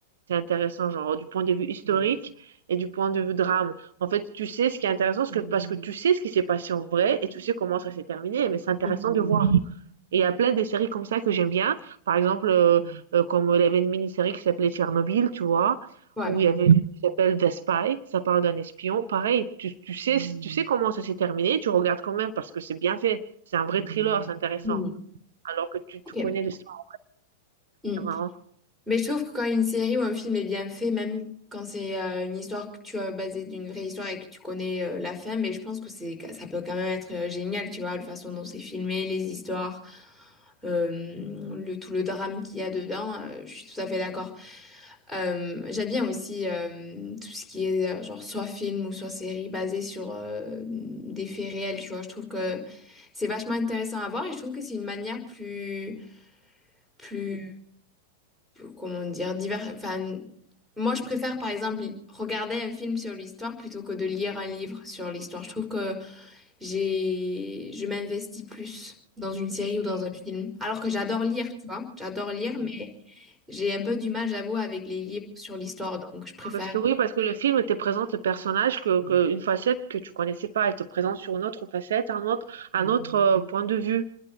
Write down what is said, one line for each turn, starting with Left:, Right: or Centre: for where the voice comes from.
Right: C'est intéressant, genre, du point de vue historique et du point de vue drame. En fait, tu sais ce qui est intéressant, parce que, parce que tu sais ce qui s'est passé en vrai et tu sais comment ça s'est terminé, mais c'est intéressant
Centre: Mm.
Right: de voir. Et il y a plein de séries comme ça que j'aime bien. Par exemple, euh, euh, comme il y avait une mini-série qui s'appelait Tchernobyl, tu vois,
Centre: Ouais.
Right: où il y avait une Mhm. qui s'appelle The Spy, ça parle d'un espion. Pareil, tu, tu sais, tu sais comment ça s'est terminé, tu regardes quand même parce que c'est bien fait. C'est un vrai thriller, c'est intéressant.
Centre: Mm.
Right: Alors que tu,
Centre: Ok.
Right: tu connais l'histoire,
Centre: Mm.
Right: c'est marrant.
Centre: Mais je trouve que quand une série ou un film est bien fait, même quand c'est euh, une histoire que tu as basée d'une vraie histoire et que tu connais euh, la fin, mais je pense que c'est ça peut quand même être euh, génial, tu vois, la façon dont c'est filmé, les histoires, euh, le tout le drame qu'il y a dedans, euh, je suis tout à fait d'accord. Euh, j'aime bien aussi euh, tout ce qui est euh, genre soit film ou soit série basée sur euh, des faits réels, tu vois. Je trouve que c'est vachement intéressant à voir et je trouve que c'est une manière plus plus, comment dire, divers. Enfin, moi, je préfère, par exemple, li- regarder un film sur l'histoire plutôt que de lire un livre sur l'histoire. Je trouve que j'ai, je m'investis plus dans une série ou dans
Right: Oui.
Centre: un film. Alors que j'adore lire, tu vois. J'adore lire, mais j'ai un peu du mal, j'avoue, avec les livres sur l'histoire. Donc, je préfère.
Right: Parce que oui, parce que le film te présente le personnage que, que- une facette que tu connaissais pas, elle te présente sur une autre facette, un autre, un autre euh, point de vue.